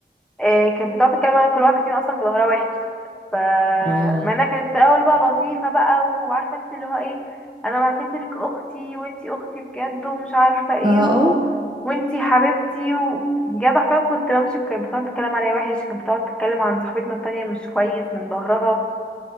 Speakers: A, in the centre; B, on the right (about 25°).
A: آه، كانت بتقعد تتكلم عن كل واحدة فينا أصلا في ظهرها وحش ف
B: اه
A: مع انها كانت في الأول بقى لطيفة بقى وعارفة انت اللي هو ايه أنا بعتبرك أختي وانتي أختي بجد ومش عارفة ايه
B: اه آه.
A: و... وانتي حبيبتي وبجد حرفيا كنت بمشي كانت بتقعد تتكلم عليا وحش كانت بتقعد تتكلم عن صاحبتنا التانية مش كويس من ظهرها